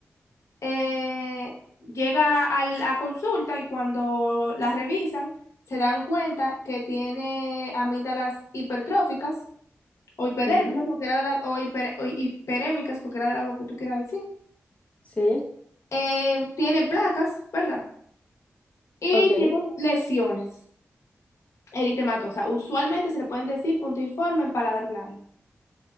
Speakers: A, on the left (about 80°); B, on the left (about 25°).
A: Eh, llega a la consulta y cuando la revisan, se dan cuenta que tiene amígdalas hipertróficas o hipodérmicas,
B: Ujú,
A: cualquiera de las, o, hiper- o hiperémicas, cualquiera de las dos que tú quieras decir.
B: Sí,
A: Eh, tiene placas, ¿verdad? Y
B: ok,
A: tiene lesiones eritematosas. Usualmente se le pueden decir puntiforme en paladar blando.